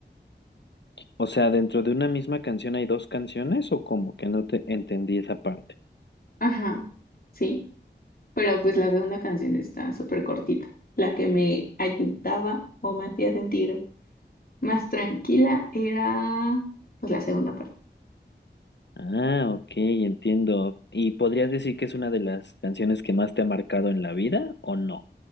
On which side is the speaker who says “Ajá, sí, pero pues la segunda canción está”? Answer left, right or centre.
Left